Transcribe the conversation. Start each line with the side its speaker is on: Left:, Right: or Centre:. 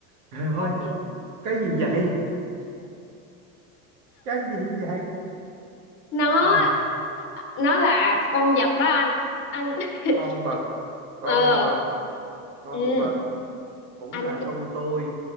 Right: trời
Left: Con
Right: ơi
Left: gì?
Right: cái gì vậy cái gì vậy
Left: nó
Right: Ờ,
Left: nó là con vật đó anh anh
Right: con
Left: <laughs>
Right: vật con
Left: ờ
Right: vật con
Left: ừ
Right: vật cũng
Left: anh
Right: là công tôi